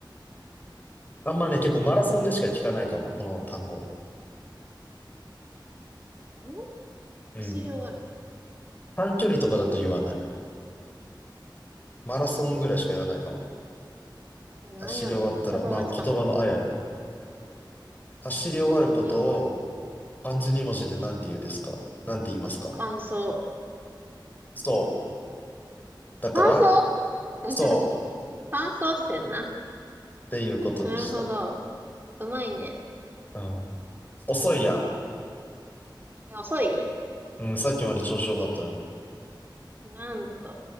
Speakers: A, on the left; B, on the right.
A: あんまね、結構マラソンでしか聞かないかも、この単語。
B: ん
A: うん。
B: 走り終わる。
A: 短距離とかだと言わない。マラソンぐらいしか言わないかも。
B: え、なんやろ全く思いつかへん。
A: 走り終わったら、まあ言葉のあやや。走り終わることを
B: 走り終わる。
A: 漢字に文字で何て言うですか何て言いますか
B: 乾燥。
A: そう。だから、
B: 乾燥 <laughs>
A: そ
B: 乾燥してん <laughs> な。
A: うっていうことでした。
B: なるほど。うまいね。
A: うん。遅いやん。
B: え遅い
A: うん、さっきまで調子良かったのに。
B: なんと。